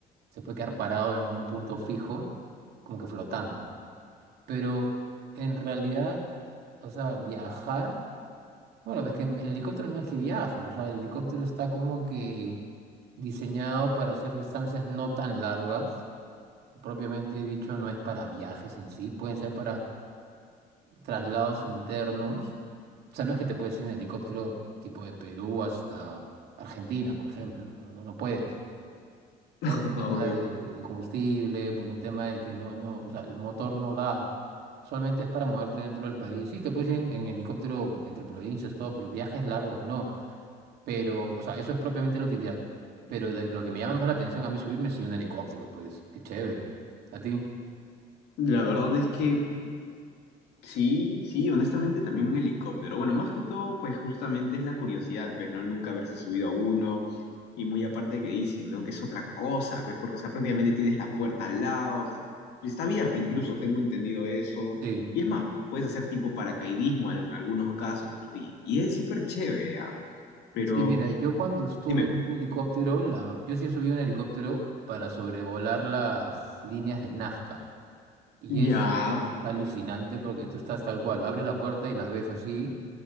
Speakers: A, on the right; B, on the left.
A: se puede quedar parado en un punto fijo, como que flotando. Pero en realidad, o sea, viajar, bueno, es que en el helicóptero no es que viajas, o sea, el helicóptero está como que Diseñado para hacer distancias no tan largas, propiamente dicho, no es para viajes en sí, pueden ser para traslados internos. O sea, no es que te puedes ir en helicóptero tipo de Perú hasta Argentina, por ejemplo, no, no, no puedes. Por
B: <laughs>
A: un tema
B: Ah, ok.
A: de, de combustible, por un tema de que no, no, o sea, el motor no da. Solamente es para moverte dentro del país. Sí, te puedes ir en, en helicóptero entre provincias, todo, pero viajes largos no. Pero, o sea, eso es propiamente la utilidad. Pero lo lo que me llama más la atención a mí subirme es sí un helicóptero, pues, qué chévere. ¿A ti?
B: La verdad es que Sí, sí, honestamente también un helicóptero. Bueno, más que todo, pues justamente es la curiosidad, pues, ¿no? Nunca haberse subido a uno. Y muy aparte que dicen, ¿no? Que es otra cosa, ¿ves? Porque, o sea, prácticamente tienes la puerta al lado, o sea, está abierta incluso, tengo entendido eso.
A: Sí.
B: Y es más, puedes hacer tipo paracaidismo en algunos casos, ¿no? Y, y es súper chévere, ¿ah? Pero,
A: Sí, mira, yo cuando estuve
B: dime,
A: en un helicóptero, la, yo sí subí un helicóptero para sobrevolar las líneas de Nazca. Y
B: ya,
A: es alucinante porque tú estás tal cual, abres la puerta y las ves así